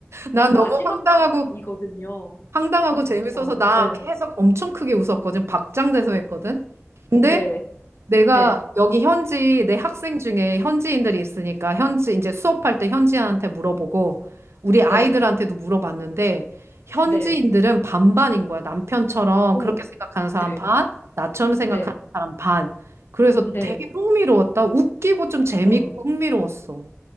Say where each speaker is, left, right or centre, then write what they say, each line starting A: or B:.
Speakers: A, on the right; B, on the left.
A: 난
B: 맨 마지막
A: 너무 황당하고
B: 칸이거든요.
A: 황당하고
B: 저-
A: 재밌어서
B: 저는,
A: 나
B: 네,
A: 계속 엄청 크게 웃었거든. 박장대소 했거든. 근데
B: 네,
A: 내가
B: 네,
A: 여기 현지 내 학생 중에 현지인들이 있으니까 현지 이제 수업할 때 현지인한테 물어보고 우리
B: 네,
A: 아이들한테도 물어봤는데 현지인들은
B: 네,
A: 반반인 거야. 남편처럼
B: 오,
A: 그렇게 생각하는 사람
B: 네,
A: 반, 나처럼 생각하는
B: 네,
A: 사람 반. 그래서
B: 네,
A: 되게 흥미로웠다. 웃기고 좀 재밌고
B: 어머.
A: 흥미로웠어.